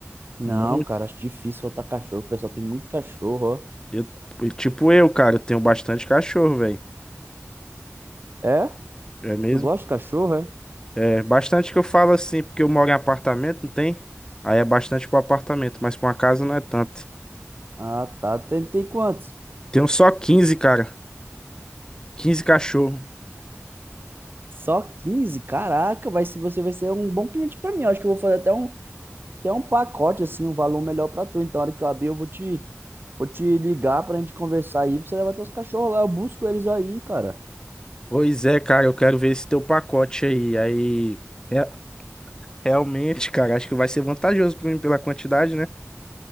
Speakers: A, on the right; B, on the left.
A: Não,
B: Muito.
A: cara, acho difícil soltar cachorro. O pessoal tem muito cachorro,
B: Eu- e tipo eu, cara, eu tenho bastante cachorro, velho.
A: ó. É?
B: É mesmo?
A: Tu gosta de cachorro, é?
B: É, bastante que eu falo assim, porque eu moro em apartamento, não tem? Aí é bastante pro apartamento, mas pra uma casa não é tanto.
A: Ah, tá. Tem, tem quantos?
B: Tenho só 15, cara. 15 cachorro.
A: Só quinze, Caraca, vai se você vai ser um bom cliente pra mim. Eu acho que eu vou fazer até um, até um pacote, assim, um valor melhor pra tu. Então, na hora que eu abrir, eu vou te, vou te ligar pra gente conversar aí, pra você levar teus cachorros lá. Eu busco eles aí, cara.
B: Pois é, cara, eu quero ver esse teu pacote aí. Aí. é, Realmente, cara, acho que vai ser vantajoso pra mim pela quantidade, né?